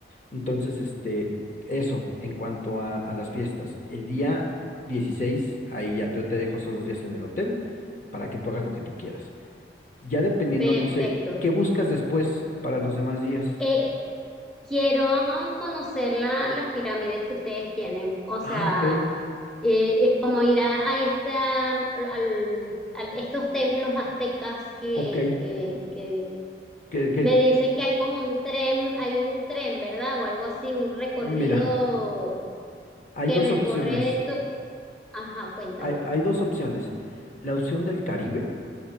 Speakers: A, on the left; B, in the centre.
A: Entonces, este, eso, en cuanto a, a las fiestas. El día 16 ahí ya te, te dejo esos dos días en el hotel para que tú hagas lo que tú quieras. Ya dependiendo,
B: Perfecto.
A: no sé, ¿qué buscas después para los demás días?
B: Eh, quiero conocer la- las pirámides que ustedes tienen. O
A: Ah,
B: sea,
A: ok,
B: eh, eh, como ir a, a esta, al- a estos templos aztecas que,
A: ok.
B: que, que
A: Que, que,
B: me dicen que hay como un tren, hay un tren, ¿verdad? O algo así, un recorrido
A: mira, hay
B: que
A: dos
B: recorre
A: opciones.
B: to- Ajá, cuéntame.
A: Hay, hay dos opciones. La opción del Caribe,